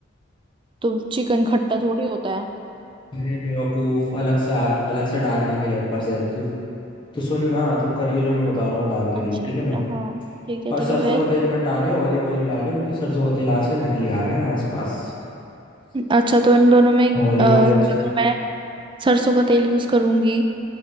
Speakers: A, on the right (about 25°); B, on the left (about 25°).
A: तो चिकन खट्टा थोड़ी होता है
B: अरे बेवकूफ अलग से अलग से डालने के लिए ऊपर से तो, तो सुन ना तू करियो जो मैं बता रहा हूँ वो डालते
A: अच्छा
B: रहिए ठीक
A: अच्छा
B: है ना
A: हाँ ठीक है
B: और
A: ठीक
B: सरसों
A: है फिर
B: का तेल मत डालियो ऑलिव ऑयल ही डालियो क्योंकि सरसों का तेल आजकल नकली आ रहा है आसपास
A: अच्छा तो इन दोनों में
B: Olive
A: अ, अगर
B: oil अच्छा
A: मैं सरसों का तेल यूज करूंगी